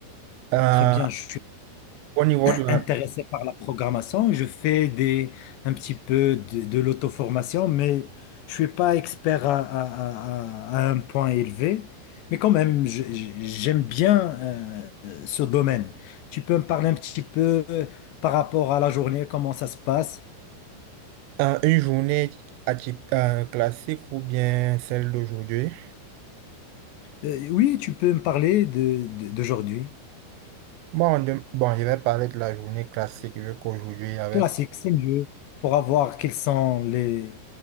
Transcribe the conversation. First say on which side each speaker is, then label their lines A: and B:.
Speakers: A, on the right; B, on the left.
A: Euh,
B: Très bien, je suis
A: au niveau de la-
B: intéressé par la programmation. Je fais des, un petit peu de, de l'auto-formation, mais je suis pas expert à, à- à- à un point élevé. Mais quand même, je- je- j'aime bien euh, euh, ce domaine. Tu peux me parler un petit peu euh, par rapport à la journée, comment ça se passe?
A: Euh, une journée atyp- euh, classique ou bien celle d'aujourd'hui?
B: Euh, oui, tu peux me parler de, de- d'aujourd'hui.
A: Bon, de- bon, je vais parler de la journée classique vu qu'aujourd'hui, il y avait
B: Classique, c'est mieux pour avoir quels sont les,